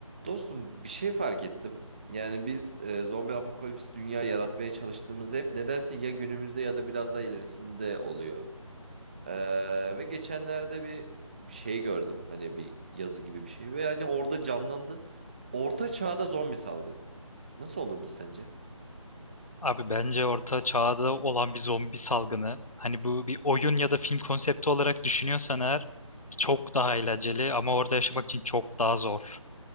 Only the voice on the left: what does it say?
Abi bence orta çağda olan bir zombi salgını hani bu bir oyun ya da film konsepti olarak düşünüyorsan eğer çok daha eğlenceli ama orada yaşamak için çok daha zor.